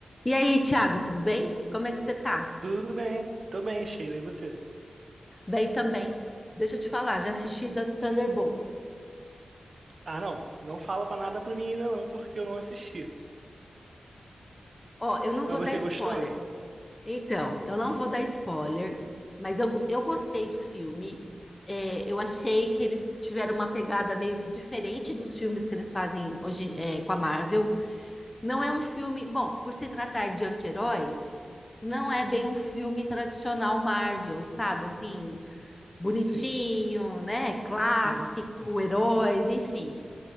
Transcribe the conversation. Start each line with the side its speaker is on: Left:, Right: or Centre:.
Left: E aí, Thiago, tudo bem? Como é que você tá?
Right: Tudo bem, tô bem, Sheila, e você?
Left: Bem também. Deixa eu te falar, já assisti da Thunderbolts.
Right: Ah, não, não fala pra nada pra mim ainda não, porque eu não assisti.
Left: Ó, eu não
Right: Mas
Left: vou
Right: você
Left: dar spoiler.
Right: gostou?
Left: Então, eu não vou dar spoiler, mas eu, eu gostei do filme. É, eu achei que eles tiveram uma pegada meio que diferente dos filmes que eles fazem hoje, é, com a Marvel. Não é um filme. Bom, por se tratar de anti-heróis, não é bem um filme tradicional Marvel, sabe? Assim, bonitinho,
Right: Sei.
Left: né? Clássico,
Right: Uhum.
Left: heróis, enfim.